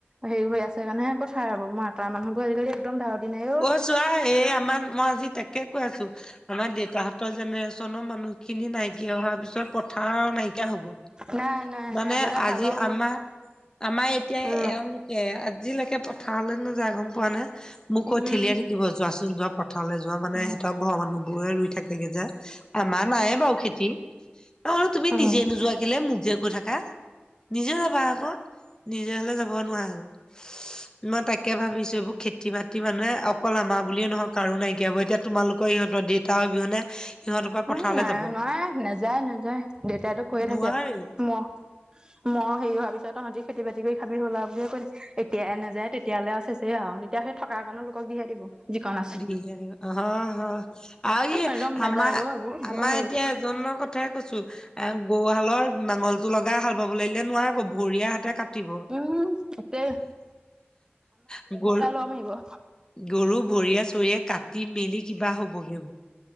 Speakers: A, on the right; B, on the left.
A: হেৰি কৰি আছে কাৰণেহে, পথাৰ হ'ব, মতা মানুহবোৰ আজিকালি একদম ধাউতি নাই ঔ।
B: অ' চোৱা এ আমাৰ মই আজি তা কে কৈ আছো আমাৰ দেউতাহঁতৰ জেনেৰেচনৰ মানুহ খিনি নাইকিয়া হোৱা পিছত পথাৰ আৰু নাইকিয়া হ'ব।
A: নাই নাই
B: মানে
A: নাই আগতে
B: আজি
A: হালৰ
B: আমাৰ আমাৰ এতিয়া
A: উম
B: এওঁলোক এ আজিলৈকে পথাৰলৈ নাযায় গম পোৱা নে, মোক
A: উম
B: ক ঠেলিয়ে থাকিব যোৱাচোন যোৱা প থাৰলৈ যোৱা মানে
A: উম
B: সিহঁতৰ ঘৰৰ মানুহবোৰে ৰুই থাকেগে যে, আমাৰ নাইয়ে বাৰু খেতি। অহ' তুমি
A: উম
B: নিজে নোযোৱা। কেলে মোক যে কৈ থাকা নিজে যাবা আকৌ নিজে হলে যাব নোৱাৰা। মই তাকে ভাবিছো এইবোৰ খেতি বাতি। খেতি মানুহে অকল আমাৰ বুলিয়ে নহয় কাৰো নাইকীয়া হ'ব এতিয়া তোমালোকৰ সিহঁত দেউাতা অবিহনে। সিহঁতৰ পৰা পথাৰলৈ
A: উম নাই
B: যাব
A: নোৱাৰে নাযায় নাযায় দেউতাতো কৈয়ে
B: নোৱাৰেও
A: থাকে ম মই হেৰি হোৱাৰ পিছত তহঁতি খেতি বাতি কৰি খাবি হ'ল আৰু বুলি কৈয়ে এতিয়াই নাযায় তেতিয়ালে আৰু চেছেই আও। এতিয়া সেই থকাকনো লোকক দি হে দিব। যিকণ আছে।
B: দি হে দিব অহ অহআৰু ই
A: একদম নাযায়
B: আমাৰ
A: অ' এইবোৰ
B: আমাৰ
A: বৰ হেৰি
B: এতিয়া জন্মগত। তাকে কৈছো এ গৰুহালৰ নাঙলটো লগা হাল বাবলে দিলে নোৱাৰাই আক গৰিয়া হাতে কাম। দিব
A: উম গোটেই
B: হেহু গ
A: কম আহিব হ।
B: গৰু ভৰিয়ে চৰিয়ে কাটি মেলি কিবা হ'বগে।